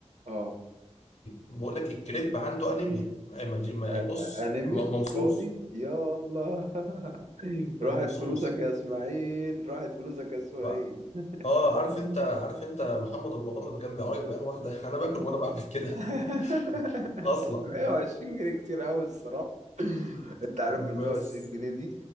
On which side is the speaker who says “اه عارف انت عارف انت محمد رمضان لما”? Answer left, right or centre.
Left